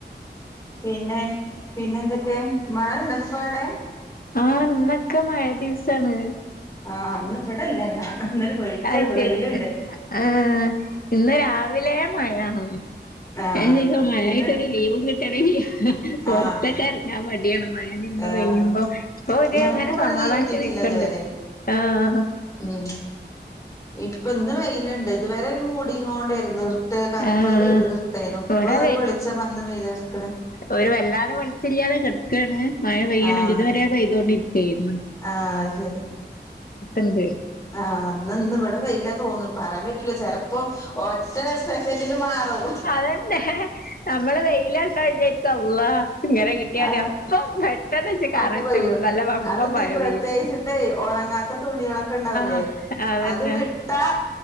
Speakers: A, on the left; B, on the left.
A: പിന്നെ പിന്നെ എന്തൊക്കെ? മഴ ഇണ്ട ന്ന് പാടെ?
B: ആഹ് ഇന്നൊക്കെ മഴ ദിവ്സാണ്
A: ആഹ് ന്ന് ഇവിടെല്ല ന്നാ. ഇന്നൊരു വിളിച്ചണ്ട്
B: അത് ശരി
A: വെയില്ണ്ട്
B: ആഹ് ഇന്ന് രാവിലേ മഴാണ്
A: ആഹ്
B: ഞാൻ ചോയ്ക്കാ മയായിട്ടൊര്
A: ഇന്ന്
B: ലീവും കി ട്ടലില്ലാ. പൊർത്തക്കെറങ്ങാൻ
A: ആഹ്
B: മടിയാണ് മഴ നിന്ന്
A: ഏഹ്
B: പെയ്യുമ്പോ പ്പൊ ഒരു
A: ഞങ്ങക്ക്
B: ഇങ്ങനെ
A: ഇവിടെ
B: സമാധാനത്തില്
A: ലീവ് കിട്ടിയിട്ടില്ല
B: ഇക്ക്ണ്ട്
A: ഇതുവരെ
B: ആഹ്
A: ഉം ഇപ്പം ഇന്ന് വെയില്ണ്ട് ഇതുവരെ ഒരു മൂടിങ്ങോണ്ടേര്ന്നുർ ഇട്ട് കർപ്പ്
B: ആഹ്
A: ഇറ്ട്ടേന്നു ഇപ്പൊരു
B: ഇവിടെ
A: വെളിച്ചം വന്ന് വെയിലർക്ണ്
B: ഒര് വല്ലാതെ വെളിച്ചല്ലാതെ കെട്ക്കാണ് മഴ പെയ്യുണൂല്ല്യ.
A: ആഹ്
B: ഇതുവരെ പെയ്തോണ്ടിരിക്കേ ര്ന്നു
A: ആഹ് അത്ശരി.
B: ഇണ്ട്
A: ആഹ് ന്ന് ഇന്ന് ഇവടെ വെയിലാ തോന്നുന്നു പറയാൻ പ റ്റൂല. ചെലപ്പോ ഒറ്റ സെക്കൻഡില് മാറും
B: തന്നെ നമ്മള് വെയിലണ്ടാ വിചാരിക്കും അള്ളാഹ് ഇങ്ങനെ കിട്ടിയാ മതി
A: ആഹ്
B: അപ്പം പെ ട്ടന്നച്ചു കറച്ചു
A: അപ്പൊ പെയ്യും
B: നല്ല വമ്പം
A: അത് ഇത്തിരി
B: മഴ
A: പ്രത്യേകിച്ചിട്ടേ
B: പെയ്യും
A: ഒണങ്ങാത്ത തുണികളൊക്കെ ഉണ്ടാവൂലേ
B: ആഹ് അതന്നെ.
A: അത്ണ്ട് ഇട്ടാ